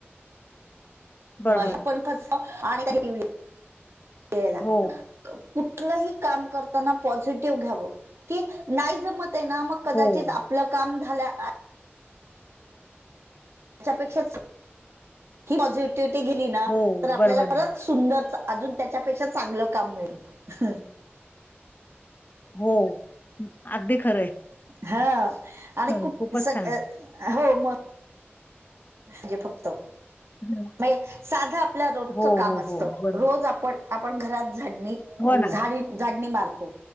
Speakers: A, on the left; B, on the right.
A: बरोबर आहे.
B: हे पण कस आणि काही गेला.
A: हो,
B: कुठलही काम करताना पॉझिटिव्ह घ्याव, की नाही जमत ते ना मग कदाचित
A: हो,
B: आपलं काम झालं त्याच्यापेक्षा ही पॉझिटिव्हटी गेली ना,
A: हो,
B: तर
A: बरोबर
B: आपल्याला
A: आहे.
B: परत सुंदर, अजून त्याच्यापेक्षा चांगलं काम मिळत.
A: हो, अगदी खरं आहे.
B: हा, आणि
A: हं,
B: खूप
A: खूपच
B: सग
A: छान.
B: हो मग जे फक्त
A: हं,
B: मग हे साधं आपल रोजचं
A: हो,
B: काम
A: हो,
B: असतं,
A: हो, बरोबर.
B: रोज आपण आपण घरात झाडणी
A: हो ना,
B: झाड झाडणी मारतो,